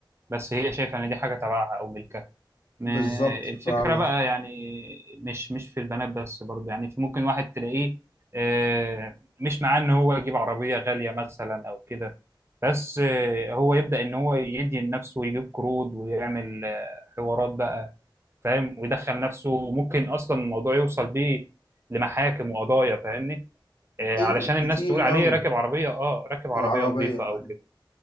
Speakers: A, on the right; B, on the left.
A: بس هي شايفه ان دي حاجه تبعها او ملكها ما
B: بالظبط
A: الفكرة
B: فعلا
A: بقى يعني مش مش في البنات بس برضه يعني في ممكن واحد تلاقيه آه، مش معاه ان هو يجيب عربية غالية مثلا او كده بس آه، هو يبدأ ان هو يدي لنفسه ويجيب قروض ويعمل آه، حوارات بقى فاهم ويدخل نفسه وممكن اصلا الموضوع يوصل بيه لمحاكم وقضايا فاهمني آه،
B: إيه
A: علشان
B: كتير
A: الناس تقول عليه
B: أوي
A: راكب عربية اه راكب
B: العربية
A: عربية نظيفة
B: يعني
A: او